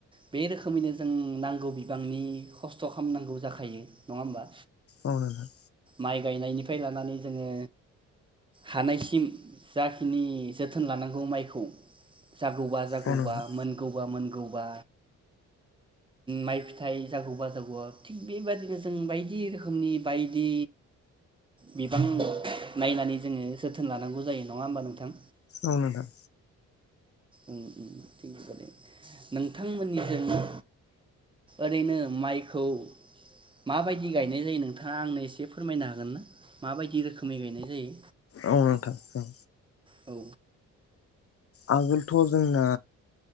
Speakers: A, on the right (about 15°); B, on the left (about 50°).
A: बे रोखोमैनो जों नांगौ बिबांनि खस्थ खालामनांगौ जाखायो नङा होमबा?
B: औ नोंथां।
A: माइ गायनायनिफ्राय लानानै जोङो हानायसिम जाखिनि जोथोन लानांगौ माइखौ जागौबा जागौबा
B: औ नोंथां
A: मोनगौबा मोनगौ गौबा माइ फिथाइ जागौबा जागौबा थिग बेबायदिनो जों बायदि रोखोमनि बायदि बिबां नायनानै जोङो जोथोन थोन लानांगौ जायो नङा होमबा नोंथां।
B: औ नोंथां
A: ओम ओम थिग बेबादिनो नोंथांमोननिजों ओरैनो माइखौ माबायदि गायनाय जायो नोंथाङा आंनो एसे फोरमायनो हागोन ना माबायदि रोखोमै गायनाय जायो।
B: औ नोंथां ओं।
A: औ।
B: आगोलथ जोंना।